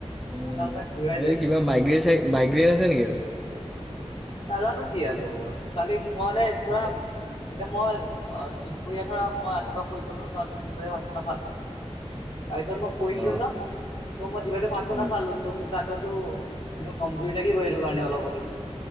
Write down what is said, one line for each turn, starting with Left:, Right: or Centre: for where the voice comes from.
Centre: উ
Left: মাথা চাথা ঘূৰাই যায়
Centre: এই
Left: একদম।
Centre: কিবা মাইগ্ৰেইন মাইগ্ৰেইন আছে নেকি?
Left: নাজানো কি আছে মোৰ কালি মানে ধৰা।
Centre: এ,
Left: তেতিয়া মই অ দুপৰীয়া ধৰা মই ৰাতিপুৱা শুই গলো তাত মই দুপৰীয়া ভাতটো নাখালো। তাৰপিছত মই শুই
Centre: অ
Left: দিলোঁ ন তাৰপিছত মই দুপৰীয়া ভাত টো
Centre: উম
Left: নাখালো ত মোক কাটোতো এ কমজৰি লাগিব সেইটো কাৰণে অলপ হলেও